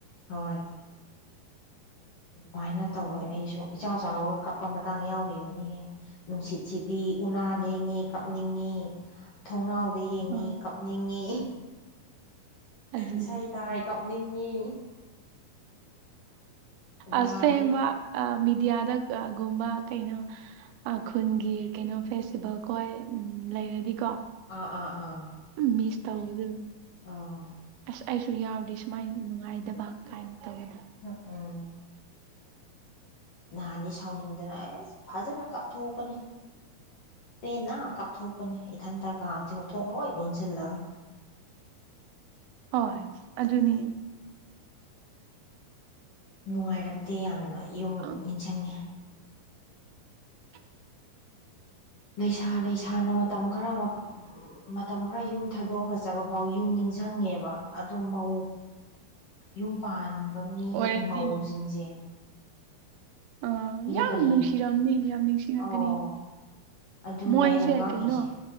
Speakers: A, on the left (about 55°); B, on the right (about 80°).
A: ꯍꯣꯏ ꯑꯗꯨꯃꯥꯏꯅ ꯇꯧꯋꯦ ꯑꯩꯁꯨ ꯏꯆꯥꯎ ꯆꯥꯎꯔꯒ ꯀꯞꯄ ꯃꯇꯥꯡ ꯌꯥꯎꯔꯤꯕꯅꯤꯍꯦ ꯅꯨꯡꯁꯤꯠ ꯁꯤꯠꯂꯤ ꯎꯅꯥ ꯂꯦꯡꯉꯤ ꯀꯞꯅꯤꯡꯉꯤ ꯊꯣꯡꯅꯥꯎ ꯗ ꯌꯦꯡꯉꯤ
B: ꯑ
A: ꯀꯞꯅꯤꯡꯉꯤ
B: ꯑꯗꯨꯅꯦ
A: ꯏꯁꯩ ꯇꯥꯏ ꯀꯞꯅꯤꯡꯉꯤ ꯅꯍꯥꯟꯗꯤ
B: ꯑꯁꯦꯡꯕ ꯑ ꯃꯦꯗꯤꯌꯥꯗ ꯑ ꯒꯨꯝꯕ ꯀꯩꯅꯣ ꯑꯥ ꯈꯨꯟꯒꯤ ꯀꯩꯅꯣ ꯐꯦꯁꯇꯤꯚꯦꯜꯈꯣꯏ ꯎꯝ ꯂꯩꯔꯗꯤꯀꯣ
A: ꯑꯥ ꯑꯥ ꯑꯥ
B: ꯎꯝ ꯃꯤꯁ ꯇꯧꯕꯗ
A: ꯑꯧ
B: ꯑꯁ ꯑꯩꯁꯨ ꯌꯥꯎꯔꯗꯤ ꯁꯨꯃꯥꯏ ꯅꯨꯡꯉꯥꯏꯗꯕ ꯀꯥꯏꯅ ꯇꯧꯕꯗ
A: ꯎꯝ ꯅꯍꯥꯟꯗꯤ ꯁꯥꯎꯅꯤꯡꯗꯅ ꯑꯦꯁ ꯐꯖꯟꯅ ꯀꯞꯊꯣꯛꯄꯅꯤ ꯄꯦꯟꯅ ꯀꯞꯊꯣꯛꯄꯅꯦ ꯏꯊꯟꯇ ꯀꯥꯆꯤꯡ ꯊꯣꯡ ꯂꯣꯏ ꯂꯣꯟꯁꯤꯜꯂꯒ
B: ꯍꯣꯏ ꯑꯗꯨꯅꯤ
A: ꯅꯨꯡꯉꯥꯏꯔꯛꯇꯦ ꯌꯥꯝꯅ ꯌꯨꯝ
B: ꯑ,
A: ꯅꯤꯡꯁꯪꯉꯦ
B: <inaudible>
A: ꯂꯩꯁꯥ ꯂꯩꯁꯥꯅ ꯃꯇꯝ ꯈꯔꯃ ꯎꯝ ꯎꯝ ꯃꯇꯝ ꯈꯔ ꯌꯨꯝ ꯊꯥꯗꯣꯛꯑꯒ ꯆꯠꯄ ꯐꯥꯎ ꯌꯨꯝ ꯅꯤꯡꯁꯪꯉꯦꯕ ꯑꯗꯣ ꯃꯧ ꯌꯨꯝ ꯄꯥꯟꯕ ꯃꯤ
B: ꯑꯣꯏꯔꯗꯤ
A: ꯃꯧꯁꯤꯡꯖꯦ
B: ꯑꯥ ꯌꯥꯝ
A: ꯀꯔꯤ
B: ꯅꯨꯡꯁꯤꯔꯝꯅꯤ ꯌꯥꯝ ꯅꯤꯡꯁꯤꯡꯉꯛꯀꯅꯤ
A: ꯑꯧ ꯑꯗꯨꯅꯦ
B: ꯃꯣꯏꯁꯦ
A: ꯑꯩꯅ ꯉꯛꯏꯁꯦ
B: ꯀꯩꯅꯣ